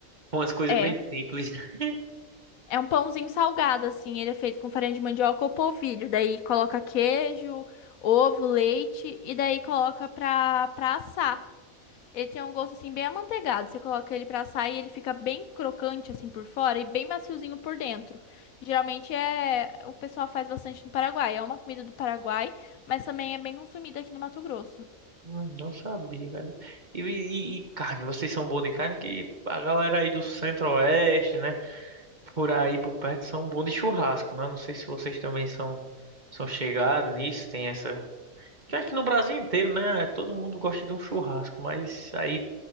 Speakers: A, on the right; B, on the left.
A: Com Umas coisas
B: é,
A: bem simples. <laughs>
B: é um pãozinho salgado, assim. Ele é feito com farinha de mandioca ou polvilho. Daí coloca queijo, ovo, leite e daí coloca pra, pra assar. Ele tem um gosto assim bem amanteigado. Você coloca ele pra assar e ele fica bem crocante assim por fora e bem maciozinho por dentro. Geralmente é o pessoal faz bastante no Paraguai. É uma comida do Paraguai, mas também é bem consumida aqui no Mato Grosso.
A: Hum, Não sabia, cara. E, e- e carne, vocês são bons de carne que a galera aí do Centro-Oeste, né? por aí por perto são bons de churrasco, né? Não sei se vocês também são são chegados nisso, tem essa. Que aqui no Brasil inteiro, né? Todo mundo gosta de um churrasco, mas aí